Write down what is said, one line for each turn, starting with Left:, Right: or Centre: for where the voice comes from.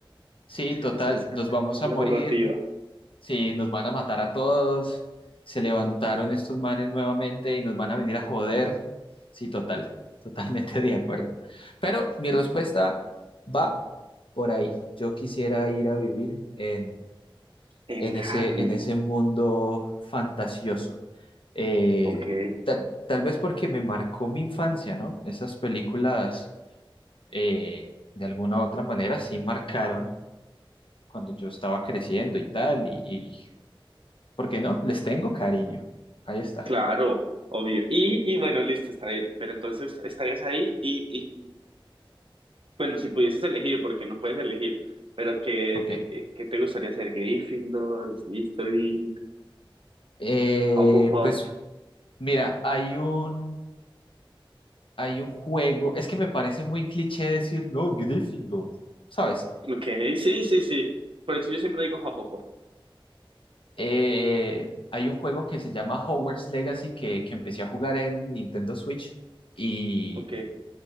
Left: sí, total,
Right: Esa es
Left: nos vamos a
Right: la
Left: morir,
Right: narrativa
Left: sí, nos van a matar a todos, se levantaron estos manes nuevamente y nos van a venir a joder. Sí, total, <laughs> totalmente de acuerdo. Pero mi respuesta va por ahí. Yo quisiera ir a vivir en,
Right: en
Left: en ese,
Right: Harry
Left: en ese mundo fantasioso. Eh,
Right: Ok,
Left: ta- tal vez porque me marcó mi infancia, ¿no? Esas películas, eh, de alguna u otra manera, sí marcaron cuando yo estaba creciendo y tal, y, y ¿por qué no? Les tengo cariño. Ahí está.
Right: Claro, obvio. Y, y bueno, listo, está bien. Pero entonces estarías ahí y, y bueno, si pudieses elegir, porque no puedes elegir, pero que,
Left: Ok.
Right: de que, que te gustaría ser Gryffindor, Slytherin,
Left: Eh,
Right: Hufflepuff.
Left: pues mira, hay un, hay un juego, es que me parece muy cliché decir, no, Gryffindor, ¿sabes?
Right: Ok, sí, sí, sí. Por eso yo siempre digo Hufflepuff.
Left: Eh, hay un juego que se llama Hogwarts Legacy que, que empecé a jugar en Nintendo Switch y
Right: Ok,